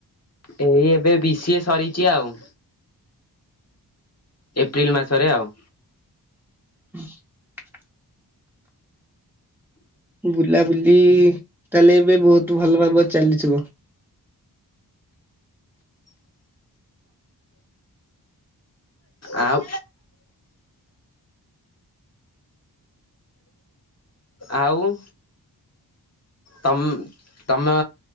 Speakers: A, on the left; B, in the centre.
A: ଏଇ ଏବେ ବି ସିଏ ସରିଛି ଆଉ। ଏପ୍ରିଲ ମାସରେ ଆଉ।
B: ହୁଁ <unintelligible> ବୁଲାବୁଲି ତାହେଲେ ଏବେ ବହୁତ ଭଲ ଭାବରେ ଚାଲିଥିବ।
A: ଆଉ। ଆଉ ତମ୍ ତମ